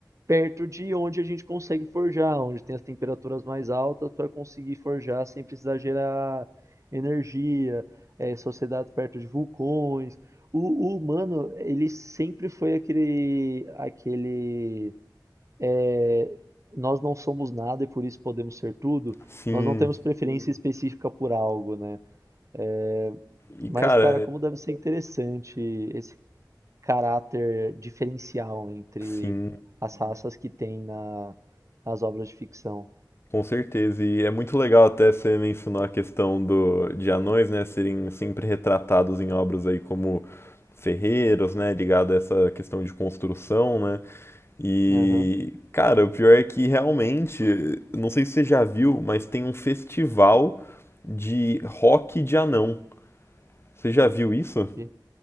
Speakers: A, on the right; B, on the left.
A: perto de onde a gente consegue forjar, onde tem as temperaturas mais altas para conseguir forjar sem precisar gerar energia, é, sociedades perto de vulcões. O, o humano, ele sempre foi aquele, aquele, é, nós não somos nada e por isso podemos ser tudo.
B: Sim.
A: Nós não temos preferência Hum, específica por algo, né? É,
B: E
A: mas,
B: cara,
A: cara, como deve ser interessante esse caráter diferencial entre
B: sim,
A: as uhum. raças que tem na, nas obras de ficção.
B: com certeza. E é muito legal até você mencionou a questão do de anões, né, serem sempre retratados em obras aí como ferreiros, né, ligado a essa questão de construção, né? E,
A: Aham.
B: cara, o pior é que realmente, não sei se você já viu, mas tem um festival de rock de anão. Você já viu isso?
A: que-